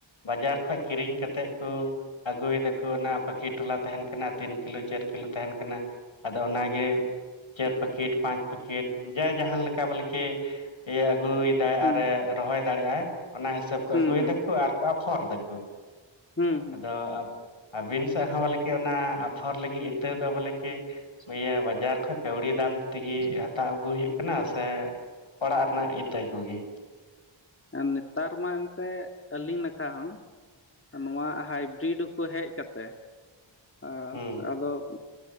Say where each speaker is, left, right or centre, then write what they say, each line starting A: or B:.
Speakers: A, on the left (about 75°); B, on the left (about 25°).
A: ᱵᱟᱡᱟᱨ ᱠᱷᱚᱡ ᱠᱤᱨᱤᱧ ᱠᱟᱛᱮᱫ ᱠᱚ ᱟᱹᱜᱩᱭᱮᱫᱟᱠᱚ ᱚᱱᱟ ᱯᱟᱠᱤᱴ ᱴᱚᱞᱟ ᱛᱟᱦᱮᱱ ᱠᱟᱱᱟ ᱛᱤᱱ ᱠᱤᱞᱳ, ᱪᱟᱹᱨ ᱠᱤᱞᱳ ᱛᱟᱦᱮᱱ ᱠᱟᱱᱟ ᱾ ᱟᱫᱚ ᱚᱱᱟᱜᱮ ᱪᱟᱹᱨ ᱯᱮᱠᱮᱴ, ᱯᱟᱸᱪ ᱯᱮᱠᱮᱴ ᱡᱟ ᱡᱟᱦᱟᱸ ᱞᱮᱠᱟ ᱵᱚᱞᱮᱠᱮ ᱤᱭᱟᱹ ᱟᱹᱜᱩᱭ ᱫᱟ
B: ᱦᱩᱸ
A: ᱟᱨᱮ ᱨᱚᱦᱚᱭ ᱫᱟᱲᱮᱭᱟᱜᱼᱟᱭ, ᱚᱱᱟ ᱦᱤᱥᱟᱹᱵ ᱠᱚ
B: ᱦᱩᱸ
A: ᱟᱹᱜᱩᱭ
B: ᱦᱩᱸ
A: ᱫᱟᱠᱚ ᱟᱨᱠᱚ ᱟᱯᱷᱚᱨ ᱫᱟᱠᱚ ᱾
B: ᱦᱩᱸ ᱦᱩᱸ
A: ᱟᱫᱚ ᱟ ᱟᱹᱵᱤᱱ ᱥᱮᱜ ᱦᱚᱸ ᱵᱚᱞᱮᱠᱤ ᱚᱱᱟ ᱟᱯᱷᱚᱨ ᱞᱟᱹᱜᱤᱫ ᱤᱛᱟᱹ ᱫᱚ ᱵᱚᱞᱮ ᱠᱤ ᱤᱭᱟᱹ ᱵᱟᱡᱟᱨ ᱠᱷᱚᱡ ᱠᱟᱹᱣᱲᱤ ᱫᱟᱢ ᱛᱤᱜᱤ ᱦᱟᱛᱟᱣ ᱟᱹᱜᱩ ᱦᱩᱭᱩᱜ ᱠᱟᱱᱟ ᱥᱮ ᱚᱲᱟᱜ ᱨᱮᱱᱟᱜ ᱤᱛᱟᱹᱭ ᱠᱚᱜᱮ?
B: ᱟᱨ ᱱᱮᱛᱟᱨ ᱢᱟ ᱮᱱᱛᱮᱜ ᱟᱹᱞᱤᱧ ᱱᱟᱠᱷᱟ ᱦᱚᱸ ᱱᱚᱣᱟ ᱦᱟᱭᱵᱨᱤᱰ ᱠᱚ ᱦᱮᱡ ᱠᱟᱛᱮᱫ, ᱟ
A: ᱦᱩᱸ
B: ᱟᱫᱚ <inaudible>